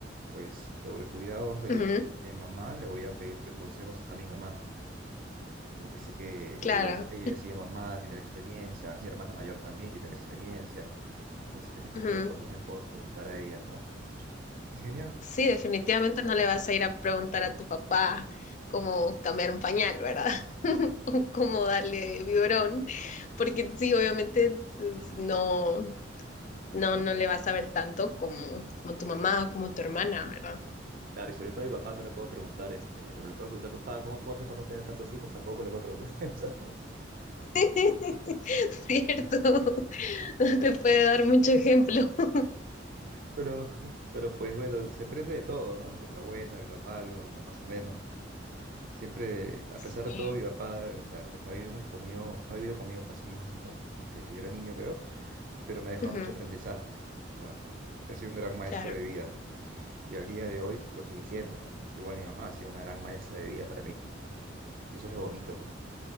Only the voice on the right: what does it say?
pues sobre cuidados de,
de mamá, le voy a pedir consejos a mi mamá, porque sé que
ella, ya- ella ya sigue mamá, tiene la experiencia, mi hermana mayor también tiene la experiencia, entonces ese tipo
de cosas les puedo preguntar a ellas, ¿no? Y genial,
Claro, y sobre todo a mi papá no le puedo preguntar, este, lo que le puedo preguntar, papá, ¿cómo puedo hacer para no tener tantos hijos? Tampoco le puedo preguntar <laughs> eso.
Pero, pero pues bueno, se aprende de todo, ¿no? De lo bueno, de lo malo, de lo más o menos. Siempre, a pesar
de todo, mi papá, o sea, que no ha vivido mucho conmigo, no ha vivido conmigo casi, bueno, desde que yo era niño, creo, pero me ha dejado
muchos aprendizajes. O sea, ha sido un gran maestro
de vida. Y al día de hoy lo sigue siendo, pues, ¿no? Igual mi mamá ha sido una gran maestra de vida para mí. Y eso es lo bonito, pues,